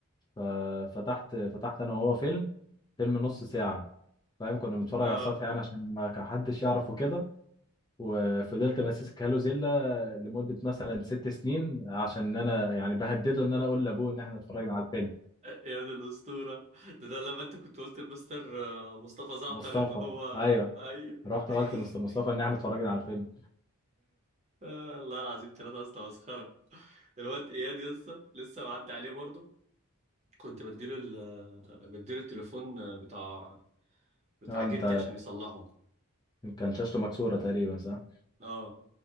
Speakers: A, on the left; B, on the right.
A: ففتحت فتحت انا وهو فيلم فيلم نص ساعة فاهم كنا بنتفرج
B: اه
A: على السطح يعني عشان ما كان حدش يعرفه كده وفضلت ماسك هالو زيلا لمدة مثلا ست سنين عشان انا يعني بهدده ان انا اقول لابوه ان احنا اتفرجنا على الفيلم
B: يا ابن الأسطورة ده, ده لما انت كنت قلت لمستر آه، مصطفى زعتر
A: مصطفى
B: ان هو
A: ايوه
B: ايوه
A: رحت
B: <laughs>
A: قلت لمستر مصطفى ان احنا اتفرجنا على الفيلم
B: آه الله العظيم ثلاثة أصلا مسخرة الواد إياد لسه لسه معدي عليه برضه كنت بديله ال بديله التليفون بتاع بتاع
A: اه
B: جدي
A: انت
B: عشان يصلحه
A: كان شاشته مكسورة تقريبا صح؟
B: اه